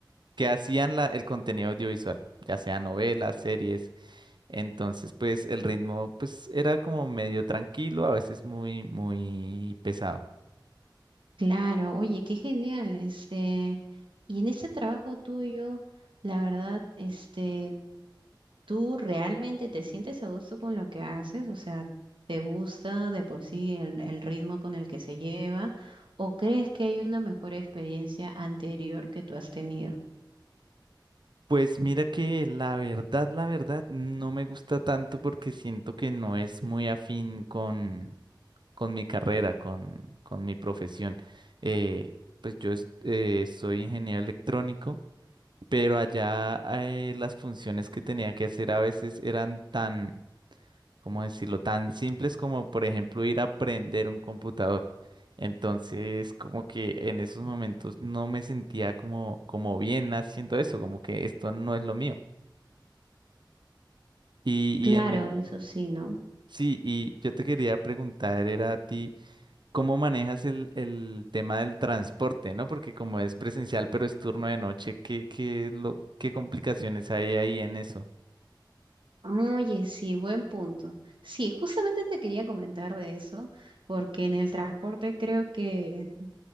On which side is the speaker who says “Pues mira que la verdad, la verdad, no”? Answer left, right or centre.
Right